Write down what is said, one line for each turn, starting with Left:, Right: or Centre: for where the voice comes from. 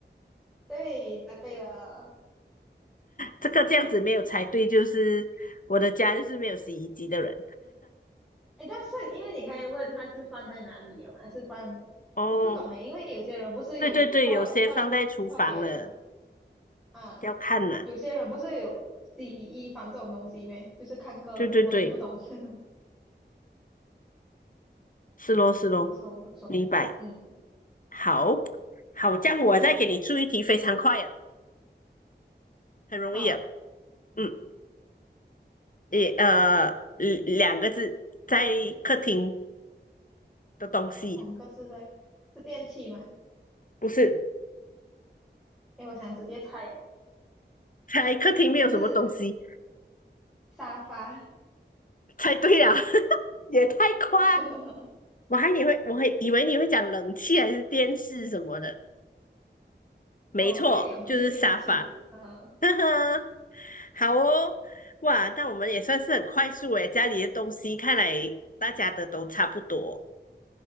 Centre: 对，答对了。
Left: 这个这样子没有猜对，就是我的家就是没有洗衣机的人。
Centre: 哎，但是因为你刚才问他是放在哪里了嘛，是放，
Left: 哦，
Centre: 我不懂哎，因为有些人不是有特特特别的
Left: 对对对，有些放在厨房了，
Centre: 啊，
Left: 要看呐、
Centre: 有些人不是有洗衣房这种东西咩？就是看个人，
Left: 对对对，
Centre: 我又不懂。<laughs>
Left: 是咯是咯，
Centre: 不错不错，
Left: 明白。
Centre: 嗯，
Left: 好，好，这样我再给你出一题，非常快啊，很容易啊。
Centre: 好，
Left: 嗯，也呃，嗯两个字，在客厅的东西，
Centre: 两个字的是电器吗？
Left: 不是，
Centre: 哎，我想直接猜耶，
Left: 在客厅没有什么东西。
Centre: <laughs> 是沙发。
Left: 猜对了，<laughs> 也太快。
Centre: <laughs>
Left: 我还你会，我会以为你会讲冷气还是电视什么的，没错，
Centre: 哦，因为你们不是电器嘛，
Left: 就是沙发。
Centre: 嗯，
Left: <laughs> 呵呵，好哦，哇，但我们也算是很快速诶，家里的东西看来大家的都差不多，